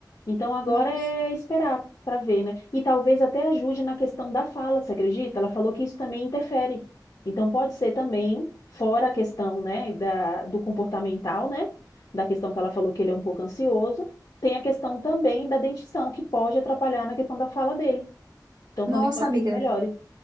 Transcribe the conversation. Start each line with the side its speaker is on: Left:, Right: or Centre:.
Left: Então, agora
Right: Nossa.
Left: é esperar para ver, né? E talvez até ajude na questão da fala, você acredita? Ela falou que isso também interfere. Então, pode ser também, fora a questão, né, da, do comportamental, né, da questão que ela falou que ele é um pouco ansioso, tem a questão também da dentição, que pode atrapalhar na questão da fala dele. Então,
Right: Nossa,
Left: também pode
Right: amiga.
Left: ser que melhore.